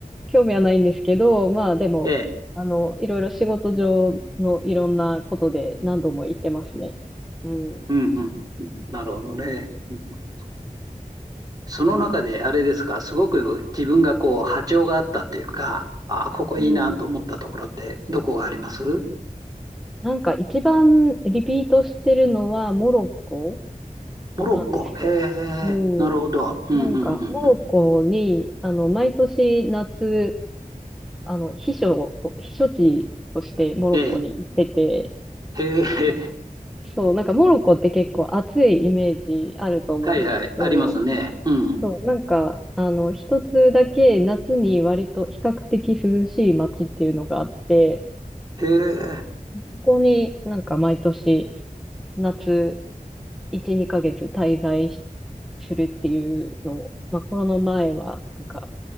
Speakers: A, in the centre; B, on the right.
A: 興味はないんですけど、まあ、でも、
B: ええ、
A: あの、いろいろ仕事上のいろんなことで何度も行ってますね。うん。
B: うん、うん。なるほどね。うんその中で、あれですか、すごく自分がこう、波長があったっていうか、ああ、ここいいなと思ったところって、
A: うん。
B: どこがあります
A: なんか一番リピートしてるのはモロッコ。
B: モロッコ。
A: なんですよ。
B: へえ、
A: うん。
B: なるほど。うん、
A: なんか、
B: うん、うん。
A: モロッコに、
B: うん
A: あの、毎年夏、あの、避暑、避暑地としてモロッコに行ってて、
B: ええ、へえ、
A: あそう、なんかモロッコって結構暑いイメージあると思うんですけど、
B: はいはい、ありますね。うん。
A: そう、なんか、あの、一つだけ夏に割と比較的涼しい街っていうのがあって、
B: へえ、
A: そこになんか毎年夏1、2ヶ月滞在しするっていうのを、まあコロナ前はなんか